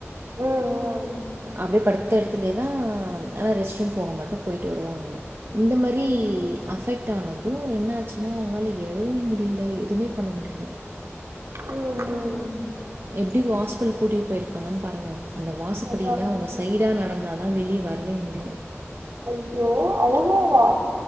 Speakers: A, on the right; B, on the right.
A: ம்
B: அப்டியே படுத் த்த இடத்துலே தா ஆனா ரெஸ்ட் ரூம் போக மட்டு போயி்ட்டு வருவாங்க இந்த மாரி
A: ம் ம்
B: அஃபெக்ட் டா ஆனது என்ன ஆச்சுன்னா அவங்களால எழவு முடியல எதுமே பண்ண முடியல
A: ம் ம்
B: எப்டி ஹாஸ்பிட்டல் கூட்டிகிட்டு போயிருப்பாங்கன்னு பாருங்க அந்த வாசப்படியில
A: அதான்
B: அவங்க சைடா நடந்தாதா வெ ளிய வரவே முடியு
A: ஐயோ அவளோ வா